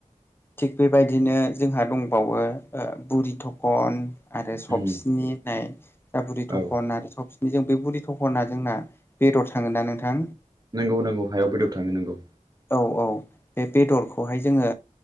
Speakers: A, on the left (about 15°); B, on the right (about 30°).
A: थिग बेबायदिनो जोंहा दंबावो बुरि थखन आरो सबसिनि
B: उम
A: होननाय। दा बुरि थखन
B: औ
A: आरो सबसिनि जों बे बुरि थखना जोंना बेदर थाङोना नोंथां।
B: नंगौ नंगौ हायाव बेदर थाङो नंगौ।
A: औ औ बे बेदरखौहाय जोङो